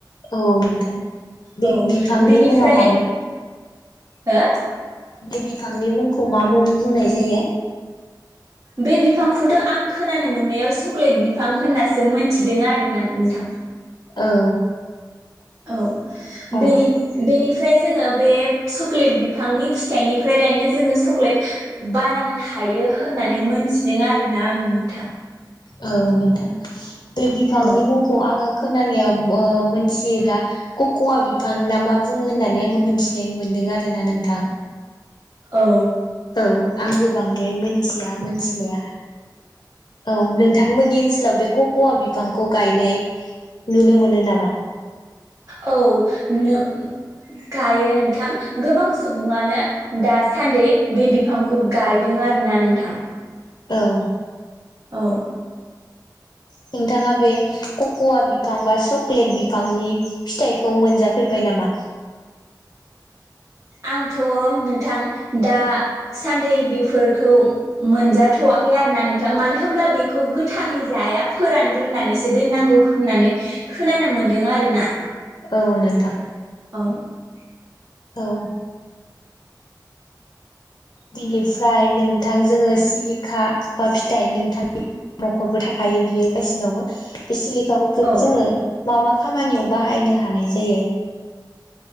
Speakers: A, on the left (about 60°); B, on the right (about 45°).
A: औ नोंथां बे
B: औ
A: बिफांनि
B: बेनिफ्राय
A: मुङा मामोन?
B: हो?
A: बे बिफांनि मुंखौ मा मुं बुंनाय जायो?
B: बे बिफांखौथ' आं खोनानो मोननायाव चक्लेट बिफां होननासो मोनथिदों आरोना नोंथां।
A: औ
B: औ
A: औ
B: बेनि बिनि फ्राय जोङो बे चक्लेट बिफांनि फिथाइनिफ्राय लायनो जोङो सक्लेट बानायनो हायो होननानै मोनथिदों आरोना आङो नोंथां।
A: औ नोंथां बे बिफांनि
B: औ
A: मुंखौ आङो खोनानायाव ओ मिथियोब्ला कक'वा बिफां ना मा बुङो होननानै आङो मोनथिनाय मोनदों आरो ना नोंथां।
B: औ
A: औ आंबो बांद्राय मोनथिया मोनथिनाया। औ नोंथांमोननि ओनस सोलाव बे क'कवा बिफांखौ गायनाय नुनो मोनो नामा?
B: औ नो गायो नोंथां गोबां सुबुङानो दासान्दै बे बिफांखौ गायदों आरोना नोंथां।
A: औ
B: औ
A: नोंथाङा बे कक'वा बिफां बा चक्लेट बिफांनि फिथाइखौ मोनजाफेरबाय नामा?
B: आंथ' नोंथां दासान्दै बेफोरखौ मोनजाथ'वाखै आरोना नोंथां मानो होनब्ला बेखौ गोथाङै जाया फोरानग्रोनानैसो दोननांगौ होननानै खोनानो मोनदों आरोना।
A: औ नोंथां
B: <inaudible>
A: औ बिनिफ्राय नोंथां जोङो सिलिखा बा फिथाइ नोंथांनि न'खरबो थाखायो बियो गायसिनावबो बे सिलि खा खौ
B: औ
A: जोङो मा मा खामानियाव बाहायनो हानाय जायो?